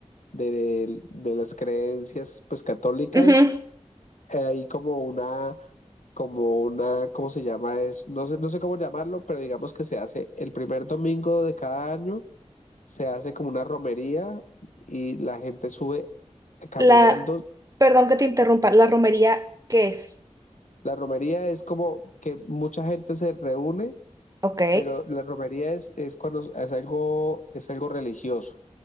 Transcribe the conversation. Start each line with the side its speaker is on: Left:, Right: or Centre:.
Left: de, de las creencias pues católicas,
Right: ujú,
Left: eh, hay como una, como una, ¿cómo se llama? Es, no sé, no sé cómo llamarlo, pero digamos que se hace el primer domingo de cada año, se hace como una romería y la gente sube caminando.
Right: La, perdón que te interrumpa, ¿la romería qué es?
Left: La romería es como que mucha gente se reúne,
Right: Ok,
Left: pero la romería es, es cuando es algo, es algo religioso.